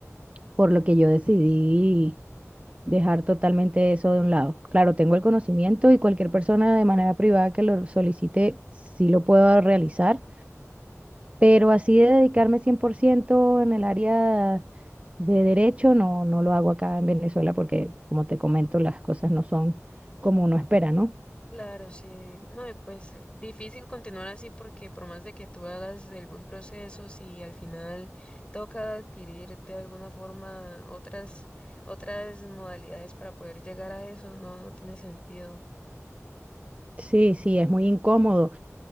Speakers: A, on the right; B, on the left.
A: por lo que yo decidí dejar totalmente eso de un lado. Claro, tengo el conocimiento y cualquier persona de manera privada que lo solicite, sí lo puedo realizar Pero así de dedicarme 100% en el área de derecho, no, no lo hago acá en Venezuela porque, como te comento, las cosas no son como uno espera, ¿no?
B: Claro, sí. No, y pues eh, difícil continuar así porque por más de que tú hagas el buen proceso, si al final toca adquirir de alguna forma otras otras modalidades para poder llegar a eso, no, no tiene sentido.
A: Sí, sí, es muy incómodo.